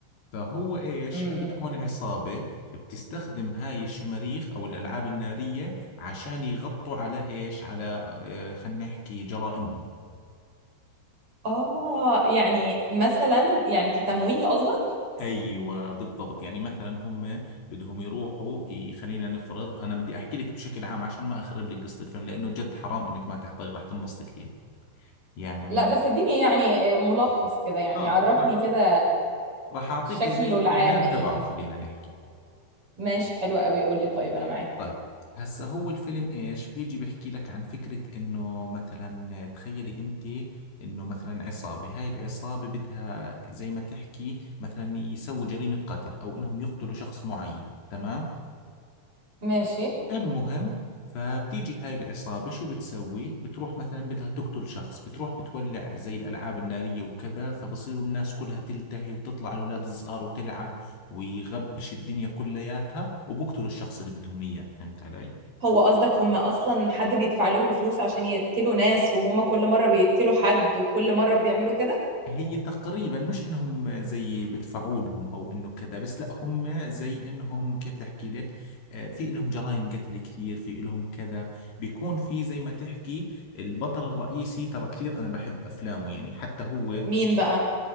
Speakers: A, on the left; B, on the right.
A: فهو ايش
B: امم
A: هي بتكون عصابة بتستخدم هاي الشماريخ او الالعاب النارية عشان يغطوا على ايش على آه خلينا نحكي جرائمهم
B: اه يعني مثلا يعني كتمويه قصدك
A: ايوه بالضبط يعني مثلا هم بدهم يروحوا ي- خلينا نفرض انا بدي احكي لك بشكل عام عشان ما اخرب لك قصة الفيلم لانه جد حرام انك ما تحضري راح تنبسطي كثير يعني
B: لا بس اديني يعني ملخص كده يعني
A: اه
B: عرفني
A: راح
B: كده
A: راح اعطيكي
B: شكله
A: زي الاعلان
B: العام ايه
A: تبعه خلينا نحكي
B: ماشي حلو قوي قول لي طيب انا معاك
A: طيب هسا هو الفيلم ايش بيجي بيحكي لك عن فكرة انه مثلا تخيلي انت انه مثلا عصابة هاي العصابة بدها زي ما تحكي مثلا يسووا جريمة قتل او انهم يقتلوا شخص معين تمام
B: ماشي
A: المهم فبتيجي هاي العصابة شو بتسوي بتروح مثلا بدها تقتل شخص بتروح بتولع زي الالعاب النارية وكذا فبصيروا الناس كلها تلتهي وتطلع الاولاد الصغار وتلعب ويغبش الدنيا كلياتها وبقتلوا الشخص اللي بدهم اياه فهمت علي
B: هو قصدك هم اصلا حد بيدفع لهم فلوس عشان يقتلوا ناس وهم كل مره بيقتلوا حد وكل مره بيعملوا كده
A: هي تقريبا مش انهم زي بدفعوا لهم او انه كذا بس لا هم زي انهم كيف بدي احكي لك آه، في لهم جرائم قتل كثير في لهم كذا بيكون في زي ما تحكي البطل الرئيسي ترى كثير انا بحب افلامه يعني حتى هو
B: مين بقى